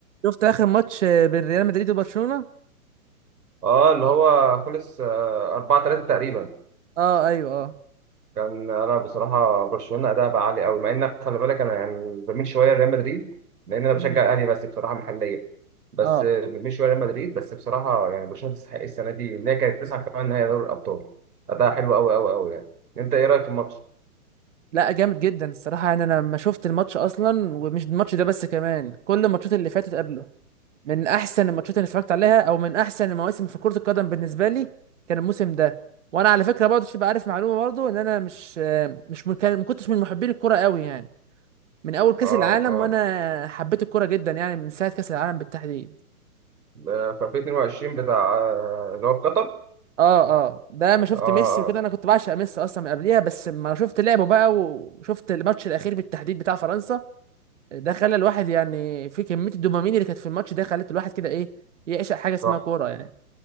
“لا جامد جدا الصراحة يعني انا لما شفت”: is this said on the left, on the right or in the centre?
Right